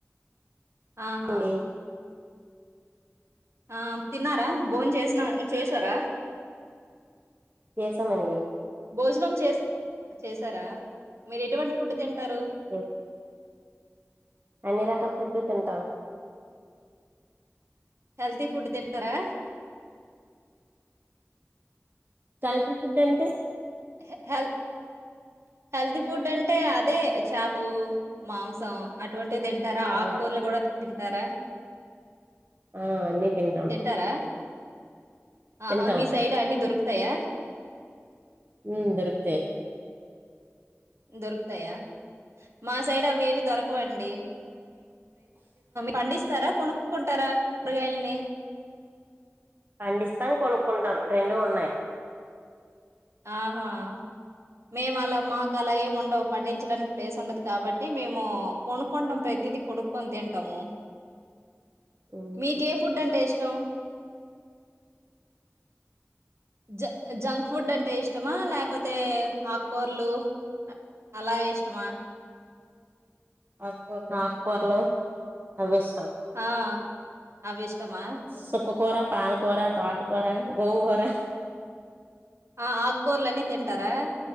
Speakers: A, on the right (about 65°); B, on the right (about 45°).
A: ఆహా
B: అండి
A: ఆ తిన్నారా, బోన్ చేసినా, చేసారా
B: చేసామండి
A: భోజనం చేస్ చేసారా మీరెటువంటి ఫుడ్ తింటారు
B: ఓ అన్ని రకాల ఫుడ్ తింటాం
A: హెల్తీ ఫుడ్ తింటారా
B: కల్తీ ఫుడ్ అంటే
A: హ్ హెల్ హెల్తీ ఫుడ్ అంటే అదే చాపలు, మాంసం అటువంటివి తింటారా
B: ఆ
A: ఆక్కూరలు గూడ తింటారా
B: ఆ అన్నీ తింటాం
A: టారా ఆహా
B: తింటాం
A: మీ సైడ్ అన్ని దొరుకుతయా
B: ఉమ్ దరుకుతయ్
A: దొరుకుతయా, మా సైడ్ అవేవి దొరకవండి పండిస్తారా కొనుక్కుంటారా కూరగాయల్ని
B: పండిస్తాం, కొనుక్కుంటాం రెండూ ఉన్నాయి
A: ఆహా మేం అలా మాకు అలా ఏం ఉండవు పండించడానికి ప్లేస్ ఉండదు కాబట్టి మేము కొనుక్కుంటాం ప్రతిదీ కొడుక్కొని తింటాము
B: ఉమ్,
A: మీకే ఫుడ్ అంటే ఇష్టం జ జంక్ ఫుడ్ అంటే ఇష్టమా లేకపోతే ఆక్కూరలు అలా ఇష్టమా
B: ఆక్కురలు ఆవిష్టం
A: ఆ అవి ఇష్టమా
B: సుక్ క్క కూర, పాలకూర, తోటకూర, గోంగూర
A: ఆ ఆక్కుర్లన్నీ తింటారా